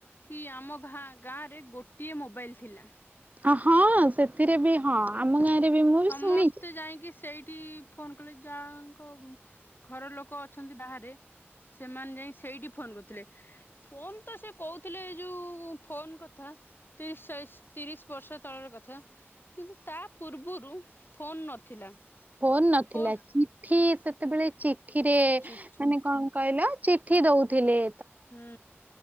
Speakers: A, on the left (about 50°); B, on the right (about 35°).
A: କି ଆମା ଭାଁ ଗାଁରେ ଗୋଟିଏ ମୋବାଇଲ ଥିଲା।
B: ଆଁ ହଁ ସେଥିରେ ବି ହଁ ଆମ ଗାଁରେ ବି ମୁଁ
A: ସମସ୍ତେ
B: ବି ଶୁଣିଛି
A: ଯାଇକି ସେଇ ଟି ଫୋନ କଲେ ଯାହାଙ୍କ ଘର ଲୋକ ଅଛନ୍ତି। ବାହାରେ ସେମାନେ ଯାଇ ସେଇଡି ଫୋନ୍ କରୁଥିଲେ। ଫୋନ ତ ସେ କୋଉଥିଲେ ଏଇ ଯୋଉ ଫୋନ କଥା ତିରିଶ ଚାଳିଶ ତିରିଶ ବର୍ଷ ତଳର କଥା କିନ୍ତୁ ତା ପୂର୍ ର୍ବୁରୁ ଫୋନ୍ ନଥିଲା।
B: ଫୋନ ନଥିଲା
A: ଫୋନ୍
B: ଚିଠି ସେତେବେଳେ ଚିଠିରେ
A: ଚିଠି
B: ମାନେ କଁ କହିଲ ଚି ଠି ଦୋଉଥିଲେ।
A: ହୁଁ